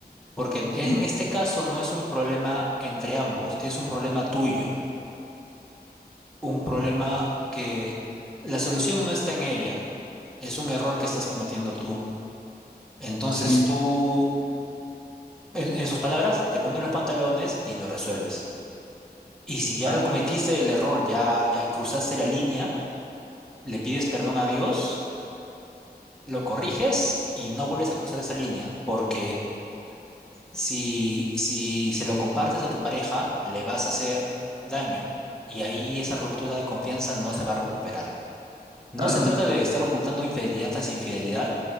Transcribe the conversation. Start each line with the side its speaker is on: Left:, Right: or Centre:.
Centre: Porque en en
Right: sí,
Centre: este caso no es un problema entre ambos, es un problema tuyo. un problema que la solución no está en ella, es un error que estás cometiendo tú. Entonces
Right: sí,
Centre: tú, en, en sus palabras, te pones los pantalones y lo resuelves. Y si ya
Right: claro,
Centre: lo cometiste el error, ya, ya cruzaste la línea, le pides perdón a Dios, lo corriges y no vuelves a cruzar esa línea, porque si, si se lo compartes a tu pareja, le vas a hacer daño y ahí esa ruptura de confianza no se va a recuperar. No
Right: claro.
Centre: se trata de estar ocultando infidelidad tras infidelidad,